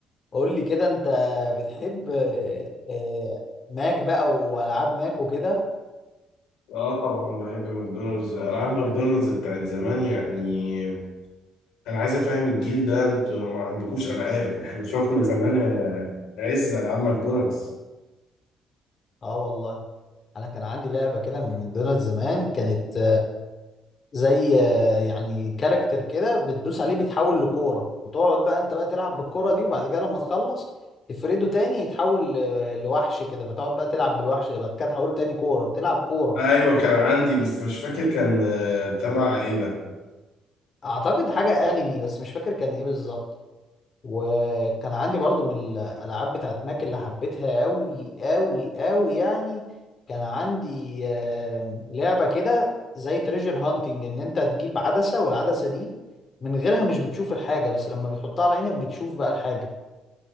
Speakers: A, on the left; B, on the left.
A: قول لي كده انت بتحب آه، آه، ماك بقى والعاب ماك وكده
B: اه طبعا بحب ماكدونالدز ألعاب ماكدونالدز بتاعت زمان يعني أنا عايز أفهم الجيل ده انتوا ما عندكوش ألعاب احنا شفنا زمان آه، عز ألعاب ماكدونالدز
A: اه والله انا كان عندي لعبة كده من ماكدونالدز زمان كانت زي آه، يعني كاركتر كده بتدوس عليه بيتحول لكورة وتقعد بقى انت بقى تلعب بالكورة دي وبعد كده لما تخلص تفرده تاني يتحول ل- لوحش كده فتقعد بقى تلعب بالوحش ده بعد كده تحوله تاني كورة تلعب كورة
B: ايوه
A: ممكن
B: كان عندي بس مش فاكر كان آه، تبع ايه ده
A: اعتقد حاجة انمي بس مش فاكر كان ايه بالظبط وكان عندي برضو من الالعاب بتاعت ماك اللي حبيتها قوي قوي قوي يعني كان عندي آم، لعبة كده زي تريجر هانتنج ان انت تجيب عدسة والعدسة دي من غيرها مش بتشوف الحاجة بس لما بتحطها على عينك بتشوف بقى الحاجة